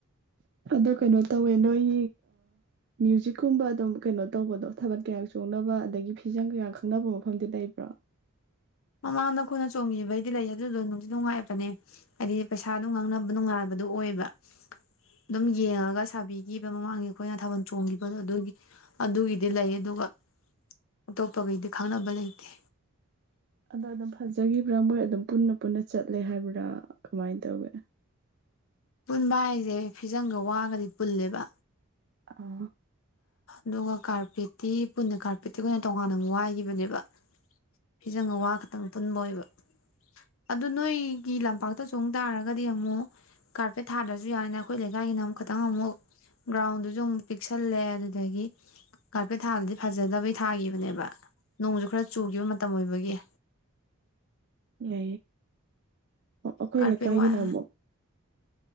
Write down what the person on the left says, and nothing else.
ꯃꯃꯥꯡꯗ ꯑꯩꯈꯣꯏꯅ ꯆꯣꯡꯈꯤꯕꯩꯗꯤ ꯂꯩ ꯑꯗꯨꯗꯣ ꯅꯨꯡꯗꯤ ꯅꯨꯡꯉꯥꯏꯕꯅꯦ ꯍꯥꯏꯗꯤ ꯄꯩꯁꯥꯗꯨ ꯉꯥꯡꯅꯕ ꯅꯨꯡꯉꯥꯏꯕꯗꯨ ꯑꯣꯏꯕ ꯑꯗꯨꯝ ꯌꯦꯡꯉꯒ ꯁꯥꯕꯤꯈꯤꯕ ꯃꯃꯥꯡꯒꯤ ꯑꯩꯈꯣꯏꯅ ꯊꯥꯕꯜ ꯆꯣꯡꯈꯤꯕꯗꯣ ꯑꯗꯨꯒꯤ ꯑꯗꯨꯒꯤꯗꯤ ꯂꯩ ꯑꯗꯨꯒ ꯑꯇꯣꯞꯄꯈꯩꯗꯤ ꯈꯪꯅꯕ ꯂꯩꯇꯦ
ꯄꯨꯟꯕ ꯍꯥꯏꯁꯦ ꯐꯤꯖꯪꯒ ꯋꯥꯒꯗꯤ ꯄꯨꯜꯂꯦꯕ
ꯑꯗꯨꯒ ꯀꯥꯔꯄꯦꯠꯇꯤ ꯄꯨꯟꯅ ꯀꯥꯔꯄꯦꯠꯇꯤ ꯑꯩꯈꯣꯏꯅ ꯇꯣꯡꯉꯥꯟꯅ ꯑꯃꯨꯛ ꯋꯥꯏꯈꯤꯕꯅꯦꯕ ꯐꯤꯖꯪꯒ ꯋꯥ ꯈꯛꯇꯪ ꯄꯨꯟꯕ ꯑꯣꯏꯕ ꯑꯗꯨ ꯅꯣꯏꯒꯤ ꯂꯝꯄꯥꯛꯇ ꯆꯣꯡ ꯇꯥꯔꯒꯗꯤ ꯑꯃꯨꯛ ꯀꯥꯔꯄꯦꯠ ꯊꯥꯗ꯭ꯔꯁꯨ ꯌꯥꯏꯅꯦ ꯑꯩꯈꯣꯏ ꯂꯩꯀꯥꯏꯒꯤꯅ ꯑꯃꯨꯛ ꯇꯪ ꯑꯃꯨꯛ ꯒ꯭ꯔꯥꯎꯟꯗꯨꯁꯨ ꯑꯃꯨꯛ ꯄꯤꯛ ꯁꯜꯂꯦ ꯑꯗꯨꯗꯒꯤ ꯀꯥꯔꯄꯦꯠ ꯊꯥꯗꯗꯤ ꯐꯖꯗꯕꯩ ꯊꯥꯒꯤꯈꯤꯕꯅꯦꯕ ꯅꯣꯡꯁꯨ ꯈꯔ ꯆꯨꯈꯤꯕ <unintelligible>
ꯀꯥꯔꯄꯦꯠ
ꯋꯥꯏ